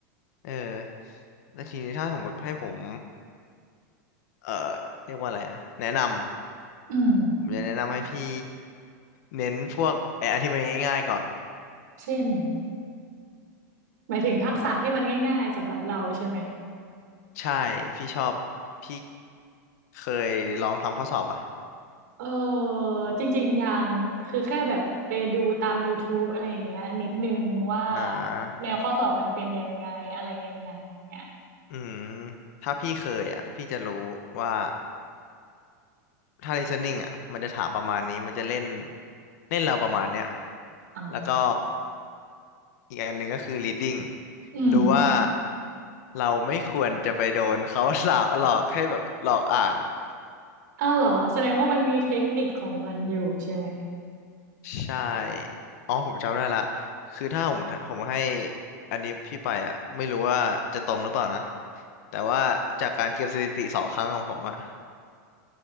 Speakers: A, on the left; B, on the right.
A: เออแล้วทีนี้ถ้าสมมติให้ผมเอ่อเรียกว่าอะไรอะแนะนำ
B: อืม
A: ผมจะแนะนำให้พี่เน้นพวกไอ้อันที่มันง่ายๆก่อน
B: เช่น หมายถึงทักษะที่มันง่ายๆสำหรับเราใช่ไหม
A: เออใช่พี่ชอบพี่เคยลองทำข้อสอบอ่ะ
B: เออจริงๆยัง คือแค่แบบไปดูตาม YouTube อะไรอย่างเงี้ยนิดนึงว่า
A: อ่า
B: แนวข้อสอบมันเป็นยังไงอะไรยังไงอย่างเงี้ย
A: อืมถ้าพี่เคยอ่ะพี่จะรู้ว่า ถ้า listening อ่ะมันจะถามประมาณนี้ มันจะเล่นเล่นเราประมาณเนี้ย
B: อ๋อ
A: แล้วก็อีกอันหนึ่งก็คือ reading
B: อืม
A: รู้ว่าเราไม่ควรจะไปโดนเขาหลอก <laughs> หลอกให้แบบหลอกอ่านอะ
B: อ้าวเหรอแสดงว่ามันมีเทคนิคของมันอยู่ใช่ไหม
A: ใช่อ๋อผมจำได้ละคือถ้าผมผมให้อันนี้พี่ไปอ่ะไม่รู้ว่าจะตรงหรือเปล่านะ แต่ว่าจากการเก็บสถิติสองครั้งของผมอ่ะ